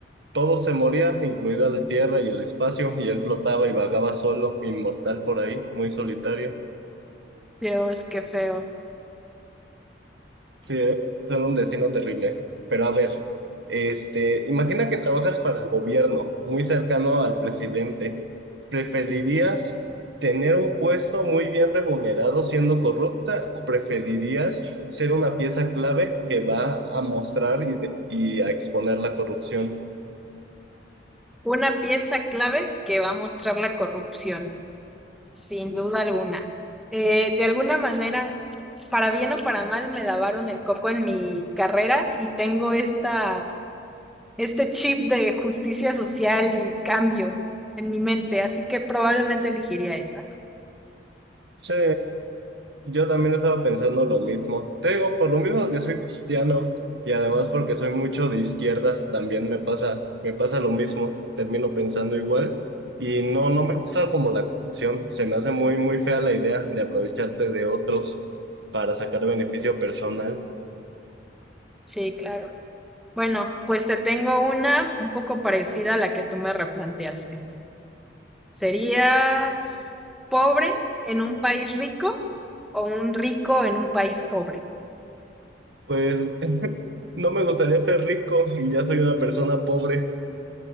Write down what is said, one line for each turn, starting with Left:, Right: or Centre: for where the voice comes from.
Right: Todo se moría, incluida la tierra y el espacio, y él flotaba y vagaba solo, inmortal por ahí, muy solitario.
Centre: Dios, qué feo.
Right: Sí, ¿eh? Era un destino terrible. Pero a ver, este, imagina que trabajas para el gobierno, muy cercano al presidente. ¿Preferirías tener un puesto muy bien remunerado siendo corrupta o preferirías ser una pieza clave que va a mostrar y, de- y a exponer la corrupción?
Centre: Una pieza clave que va a mostrar la corrupción, sin duda alguna. Eh, de alguna manera, para bien o para mal, me lavaron el coco en mi carrera y tengo esta, este chip de justicia social y cambio en mi mente, así que probablemente elegiría esa.
Right: Sí. Yo también estaba pensando lo mismo. Te digo, por lo mismo que soy cristiano y además porque soy mucho de izquierdas, también me pasa, me pasa lo mismo. Termino pensando igual y no, no me gusta como la corrupción. Se me hace muy, muy fea la idea de aprovecharte de otros para sacar beneficio personal.
Centre: Sí, claro. Bueno, pues te tengo una un poco parecida a la que tú me replanteaste. ¿Serías pobre en un país rico o un rico en un país pobre?
Right: Pues <laughs> no me gustaría ser rico y ya soy una persona pobre.